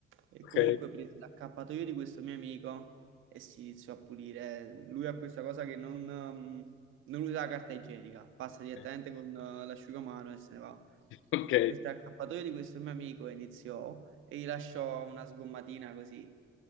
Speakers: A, on the right; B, on the left.
A: e
B: ok,
A: comunque prese l'accappatoio di questo mio amico e si iniziò a pulire. Lui ha questa cosa che non, ehm, non usa la carta igienica, passa direttamente
B: ok.
A: con eh, l'asciugamano e se ne va.
B: ok.
A: Questo è l'accappatoio di questo mio amico iniziò e gli lasciò una sgommatina così